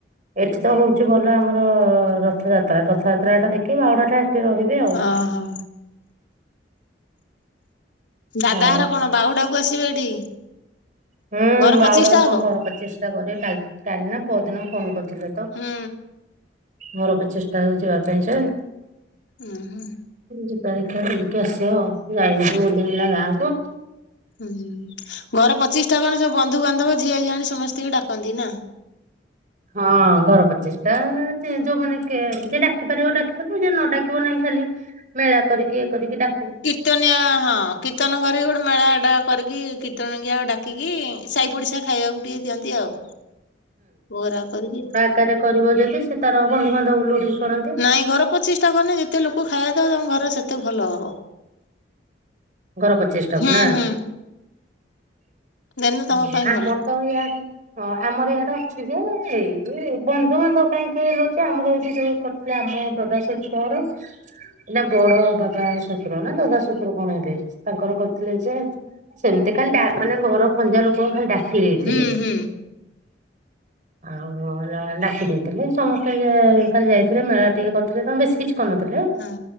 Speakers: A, on the right (about 45°); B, on the left (about 80°).
A: ଏଠି ତ ହଉଛି ଭଲ ଆମର ରଥଯାତ୍ରା ରଥଯାତ୍ରା ଟା ଦେଖି ବାଉଡାଟା ଏଠି ରହିବି ଆଉ।
B: ଅଁ ହଁ। ଦାଦା
A: ହଉ।
B: ହାର କଣ ବାହୁଡାକୁ ଆସିବେ ଏଠି।
A: ହୁଁ
B: ଘର
A: ବାଉଡାକୁ
B: ପଚିଶ ଟା ହବ
A: କଂ ଘର ପଚିଶ୍ ଷ୍ଟା କରିଏ କାଲ୍ କାଲି ନା ପର୍ ଦିନ ଫୋନ କର୍ଥିଲେ ତ।
B: ହୁଁ
A: ଘର ପଚିଶ୍ଟା କୁ ଯିବା ପାଇଁ କା।
B: ଉଁ ହୁ।
A: ଯିବା ଦେଖ୍ୟା ବୁଲିକି ଆସିବା ଆଉ ଯାଇନି ବୋହୁତ ଦିନି ହେଲା ଗାଁକୁ।
B: ହୁଁ ଘର ପଚିଶ ଟା କଣ ସବୁ ବନ୍ଧୁବାନ୍ଧବ ଝିଅ ଝିଆଣି ସମସ୍ତଙ୍କୁ ଡାକନ୍ତି ନା।
A: ହଁ ଘର ପଚିଶ୍ଟା ଯେ ଯୋଉମାନେ କିଏ ଡାକି ପାରିବ ଡାକି ପାରିବ ଯେ ନ ଡାକି ପାରିବ ନାହିଁ ଖାଲି ମେଳା କରିକି ୟେ କରିକି ଡା
B: କୀର୍ତ୍ତନିଆ ହଁ କୀର୍ତ୍ତନ ଘରେ ଗୋଟେ ମେଳା ଟା କରିକି କୀର୍ତନଙ୍ଗିଆ ଡାକିକି ସାଇ ପଡିଶା ଖାଇବାକୁ ଟିକେ ଦିଅନ୍ତି ଆଉ ଭୋଗ ରାଗ କରିକି।
A: ତାରେ କରିବ ଯଦି ସେ ତାର ବନ୍ଧୁବାନ୍ଧବ ଲୋଟିକି କରନ୍ତି।
B: ନାଇଁ ଘର ପଚିଶ୍ଟା କନେ ଯେତେ ଲୋକ ଖାଇବାଦବ ତମ ଘର ସେତେ ଭଲ ହବ।
A: ଘର ପଚିଶ୍ଟାକୁ
B: ହୁଁ
A: ନା।
B: ହୁଁ ଦେନେ ତମ
A: ହୁଁ
B: ପାଇଁ
A: ଆମୋର୍ତ
B: ଭଲ
A: ୟାଡେ ହଁ ଆମର ଇଆଡା ଅଛି ଯେ ଏଇ ବନ୍ଧୁବାନ୍ଧବ କାଇଁ କିଏ ରହୁଛି ଆମର ଏଇଠି ଯୋଉ କ ସେ ଆମ ଦଦା ସସୁର ଘର। ନା ବଡ ବାବା ଶ୍ୱଶୁର ନା ଦଦା ଶ୍ୱଶୁର କଣ ହେବେ ତାଙ୍କର କରିଥିଲେ ଯେ ସେମିତି ଖାଲି ଡା ମାନେ ଘର ଖଞ୍ଜା ଲୋକଙ୍କୁ ଖାଲି ଡାକି ଦେଇଥିଲେ।
B: ହୁଁ ହୁଁ
A: ହଁ। ଅଁ ଲା ଡାକି ଦେଇଥିଲେ ସମସ୍ତେ କାଲି ଯାଇଥିଲେ ମେଳା ଟିକେ କରିଥିଲେ ତାଙ୍କ ବେଶୀ କିଛି କରିନଥିଲେ।
B: ହଁ।